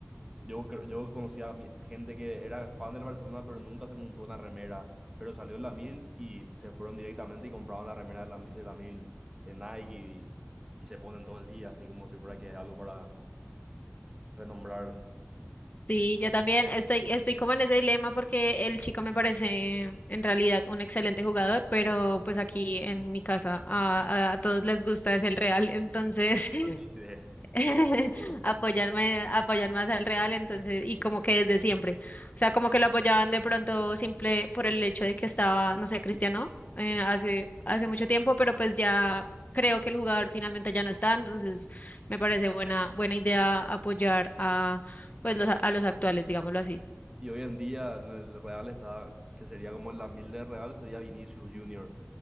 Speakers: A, on the right; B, on the left.
A: Yo, creo- yo conocía a mi- gente que era fan del Barcelona, pero nunca se compró una remera, pero salió la Mil y se fueron directamente y compraban la remera de la, de la Mil de Nike y, y se ponen todo el día, así como si fuera que es algo para renombrar.
B: Sí, yo también estoy, estoy como en ese dilema porque el chico me parece en realidad un excelente jugador, pero pues aquí en mi casa a, a- a todos les gusta es el Real, entonces <laughs>
A: Así de
B: <laughs>
A: lo puesto.
B: apoyarme, apoyar más al Real, entonces, y como que desde siempre. O sea, como que lo apoyaban de pronto simple por el hecho de que estaba, no sé, Cristiano, eh,
A: Sí.
B: hace, hace mucho tiempo, pero pues ya creo que el jugador finalmente ya no está, entonces me parece buena, buena idea apoyar a, pues, los, a los actuales, digámoslo así.
A: Y hoy en día en el Real está, que sería como la mil de Real, sería Vinicius Junior.